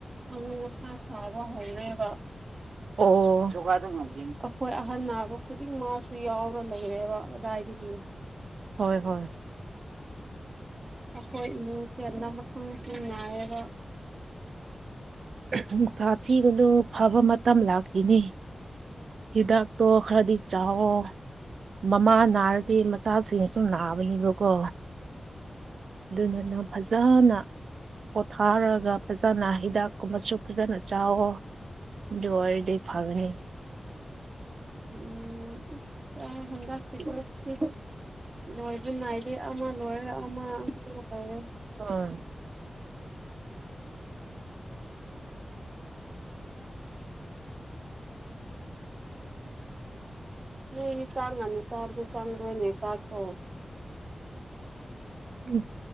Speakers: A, on the right; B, on the right.
A: ꯑꯃꯨꯛ ꯃꯁꯥ ꯅꯥꯕ ꯍꯧꯔꯦꯕ
B: ꯑꯣ <inaudible>
A: ꯑꯩꯈꯣꯏ ꯑꯍꯟ ꯅꯥꯕ ꯈꯨꯗꯤꯡ ꯃꯥꯁꯨ ꯌꯥꯎꯔ ꯂꯩꯔꯦꯕ ꯑꯗꯨꯗꯥꯏꯗꯒꯤ
B: ꯍꯣꯏ ꯍꯣꯏ
A: ꯑꯩꯈꯣꯏ ꯏꯃꯨꯡꯁꯦꯜ ꯑꯃ <unintelligible> ꯅꯥꯏꯌꯦꯕ
B: ꯅꯨꯡꯁꯥ ꯊꯤꯔꯨꯅꯨ ꯐꯕ ꯃꯇꯝ ꯂꯥꯛꯈꯤꯅꯤ ꯍꯤꯗꯥꯛꯇꯣ ꯈꯔꯗꯤ ꯆꯥꯋꯣ ꯃꯃꯥ ꯅꯥꯔꯗꯤ ꯃꯆꯥꯁꯤꯡꯁꯨ ꯅꯥꯕꯅꯦꯕꯀꯣ ꯑꯗꯨꯗꯨꯅ ꯐꯖꯅ ꯄꯣꯊꯥꯔꯒ ꯐꯖꯅ ꯍꯤꯗꯥꯛ ꯀꯨꯝꯕꯁꯨ ꯐꯖꯅ ꯆꯥꯋꯣ ꯑꯗꯨ ꯑꯣꯏꯔꯗꯤ ꯐꯒꯅꯤ
A: ꯎꯝ ꯑꯁ ꯍꯟꯗꯛꯗꯤ <unintelligible> ꯂꯣꯏꯕ ꯅꯥꯏꯗꯦ ꯑꯃ ꯂꯣꯏꯔꯦ ꯑꯃ ꯑꯃ ꯂꯣꯏꯔꯥ
B: ꯑꯥ
A: ꯅꯣꯢ ꯑꯅꯤ ꯆꯥꯛ ꯉꯟ ꯆꯥꯕꯗꯣ ꯆꯡꯕ꯭ꯔꯣꯅꯦ ꯆꯥꯛꯇꯣ
B: ꯎꯝ